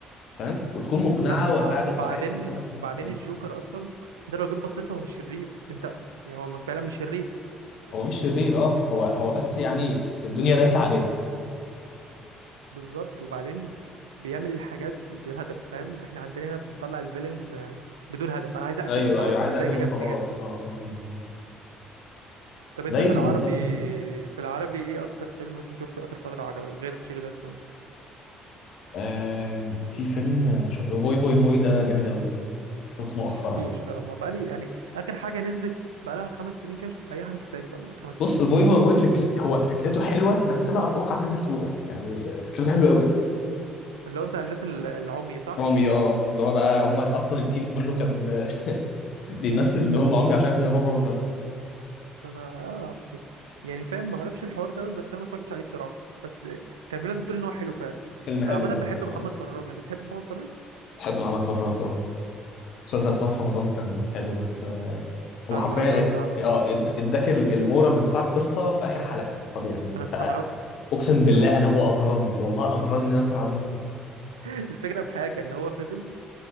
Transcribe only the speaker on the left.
فاهم وتكون مقنعه
وفعلا
واحس ان انا
فاهم؟
هو مش شرير اه هو هو بس يعني الدنيا دايسه عليه
ايوه
ايوه عايز
اقتل وخلاص
اه اه آه، آه.
زي
السايكو
آم، في فيلم شو... فوي فوي فوي ده جامد قوي شفته مؤخرا
يعني
بص
فوي فوي فوي فكر... هو فكرته حلوه بس انا اتوقع انها مسروقه يعني فكرته حلوه قوي
عمي اه اللي هو بقى هم اصلا التيم كله كان <laughs> بيمثل ان هم عمي عشان عايز يهربوا الربا.
فيلم حلو
فعلا
آه.
بحب ان انا اتفرج اه المسلسل بتاعه في رمضان كان حلو بس
هم حرفيا
اه إد- اداك ال- المورال بتاع القصه في اخر حلقه طب يعني انت
اقسم بالله
انا هو اغراني والله اغراني ان انا ادخل على نكسب